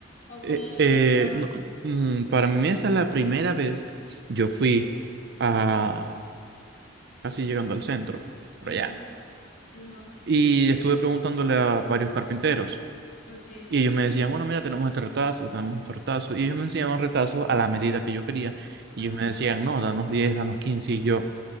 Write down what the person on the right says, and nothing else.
eh,
eh,
no, mm, para mi mesa la primera vez yo
fui a casi llegando al centro, por
allá,
y estuve preguntándole a varios carpinteros.
Y ellos me decían, bueno, mira, tenemos este retazo, tenemos este retazo. Y ellos me enseñaban retazos a la medida que yo quería. Y
ellos me decían, no, danos diez danos quince Y yo,